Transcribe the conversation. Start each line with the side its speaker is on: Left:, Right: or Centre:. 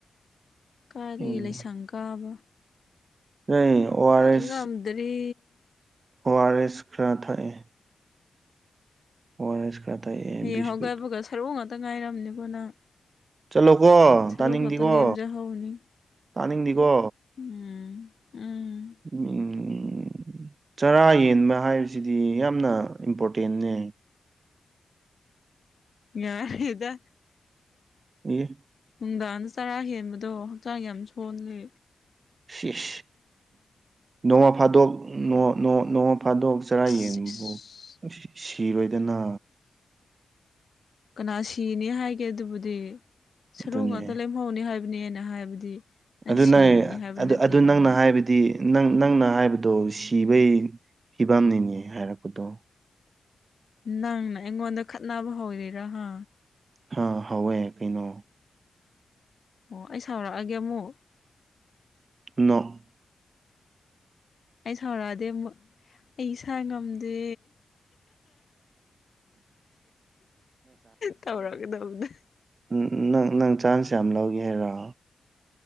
Left: ꯀꯥꯏꯗꯒꯤ
Right: ꯎꯝ
Left: ꯂꯩꯁꯪ ꯀꯥꯕ
Right: <unintelligible>
Left: ꯑꯥꯏ
Right: ꯑꯦꯁ
Left: ꯉꯝꯗꯔꯤ
Right: ꯑꯣ ꯑꯥ ꯔꯦꯁ ꯈꯔ ꯊꯑꯦ ꯑꯣ ꯑꯥ ꯔꯦꯁ ꯈꯔ ꯊꯛꯑꯦ
Left: ꯍꯌꯦꯡ
Right: ꯕꯤꯁꯀꯨꯠ
Left: ꯍꯧꯒꯠꯄꯒ ꯁꯔꯨ ꯉꯥꯇ ꯉꯥꯏꯔꯝꯅꯤꯒꯣ ꯅꯪ
Right: ꯆꯠꯂꯣꯒꯣ
Left: ꯁꯔꯨ
Right: ꯇꯥꯅꯤꯡꯗꯤꯒꯣ
Left: ꯈꯛꯇ ꯂꯦꯝꯖꯍꯧꯅꯤ
Right: ꯇꯥꯅꯤꯡꯗꯤꯒꯣ
Left: ꯎꯝ ꯎꯝ
Right: <unintelligible> ꯆꯔꯥ ꯌꯦꯟꯕ ꯍꯥꯏꯕꯖꯤꯗꯤ ꯌꯥꯝꯅ ꯏꯝꯄꯣꯔꯇꯦꯟꯅꯦ
Left: ꯌꯥꯔꯦꯗ
Right: ꯑꯦ
Left: ꯅꯨꯡꯗꯥꯡꯗ ꯆꯔꯥ ꯍꯦꯟꯕꯗꯣ ꯍꯛꯆꯥꯡ ꯌꯥꯝ ꯁꯣꯟꯂꯦ
Right: ꯁꯤ ꯏꯁ ꯅꯣꯡꯃ ꯐꯥꯗꯣꯛ ꯅꯣ ꯅꯣ ꯅꯣꯃ ꯐꯥꯗꯣꯛ ꯆꯔꯥ
Left: ꯏꯁ
Right: ꯌꯦꯟꯕꯕꯨ ꯑꯁ ꯁꯤꯔꯣꯏꯗꯅ
Left: ꯀꯅꯥ ꯁꯤꯅꯤ ꯍꯥꯏꯒꯦ ꯑꯗꯨꯕꯨꯗꯤ ꯁꯔꯨ
Right: ꯑꯗꯨꯅꯦ
Left: ꯉꯥꯇ ꯂꯦꯝ ꯃꯧꯅꯤ ꯍꯥꯏꯕꯅꯦ ꯑꯩꯅ ꯍꯥꯏꯕꯗꯤ ꯅꯪ
Right: ꯑꯗꯨ
Left: ꯁꯤꯔꯅꯤ
Right: ꯅꯩ
Left: ꯍꯥꯏꯕ
Right: ꯑꯗꯨ
Left: ꯅꯠꯇꯦꯗꯅ
Right: ꯑꯗꯨ ꯅꯪꯅ ꯍꯥꯏꯕ ꯗꯤ ꯅꯪ ꯅꯪꯅ ꯍꯥꯏꯕꯗꯣ ꯁꯤꯕꯩ ꯐꯤꯕꯝꯅꯤꯅꯦ ꯍꯥꯏꯔꯛꯄꯗꯣ
Left: ꯅꯪꯅ ꯑꯩꯉꯣꯟꯗ ꯈꯠꯅꯕ ꯍꯧꯔꯤꯔꯥ ꯍꯥ
Right: ꯍꯥ ꯍꯧꯋꯦ ꯀꯩꯅꯣ
Left: ꯑꯣ ꯑꯩ ꯁꯥꯎꯔꯛꯑꯒꯦ ꯑꯃꯨꯛ
Right: ꯅꯣ
Left: ꯑꯩ ꯁꯥꯎꯔꯑꯗꯤ ꯑꯃꯨꯛ ꯑꯩ ꯏꯁꯥ ꯉꯝꯗꯦ ꯇꯧꯔꯒꯗꯧꯕꯅꯦ
Right: ꯎꯝ ꯎꯝ ꯅꯪ ꯅꯪ ꯆꯥꯟꯁ ꯌꯥꯝ ꯂꯧꯒꯦ ꯍꯥꯢꯔꯣ